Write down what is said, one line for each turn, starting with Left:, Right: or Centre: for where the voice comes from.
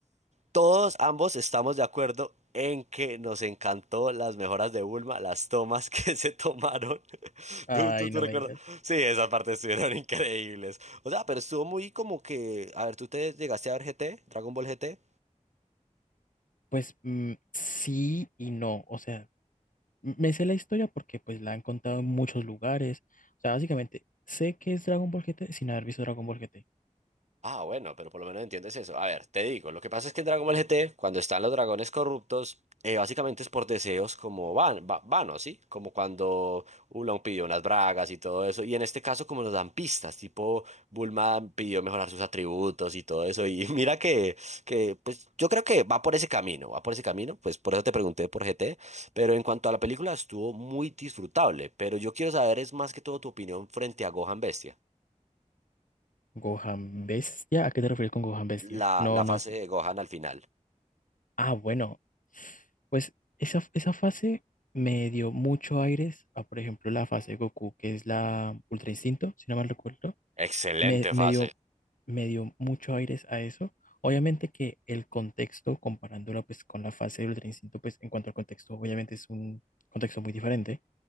Right: todos ambos estamos de acuerdo en que nos encantó las mejoras de Bulma, las tomas <laughs> que se tomaron. <laughs>
Left: Ay,
Right: ¿Tú, tú, tú
Left: no
Right: recuerdas?
Left: me digas.
Right: Sí, esas partes estuvieron <laughs> increíbles. O sea, pero estuvo muy como que, a ver, ¿tú te llegaste a ver GT, Dragon Ball GT?
Left: Pues mm, sí y no, o sea, m- me sé la historia porque pues la han contado en muchos lugares. O sea, básicamente sé que es Dragon Ball GT sin haber visto Dragon Ball GT.
Right: Ah, bueno, pero por lo menos entiendes eso. A ver, te digo, lo que pasa es que en Dragon Ball GT, cuando están los dragones corruptos, eh, básicamente es por deseos como van, va- vanos, ¿sí? Como cuando Oolong pidió unas bragas y todo eso. Y en este caso, como nos dan pistas, tipo Bulma pidió mejorar sus atributos y todo eso. Y <laughs> mira que, que, pues yo creo que va por ese camino, va por ese camino. Pues por eso te pregunté por GT. Pero en cuanto a la película, estuvo muy disfrutable. Pero yo quiero saber, es más que todo tu opinión frente a Gohan Bestia,
Left: Gohan Bestia, ¿a qué te refieres con Gohan Bestia?
Right: la,
Left: No,
Right: la fase
Left: no sé.
Right: de Gohan al final.
Left: Ah, bueno, pues esa, esa fase me dio mucho aires a, por ejemplo, la fase de Goku, que es la Ultra Instinto, si no mal recuerdo.
Right: Excelente
Left: Me, me
Right: fase.
Left: dio, me dio mucho aires a eso. Obviamente que el contexto, comparándola pues con la fase de Ultra Instinto, pues en cuanto al contexto, obviamente es un contexto muy diferente,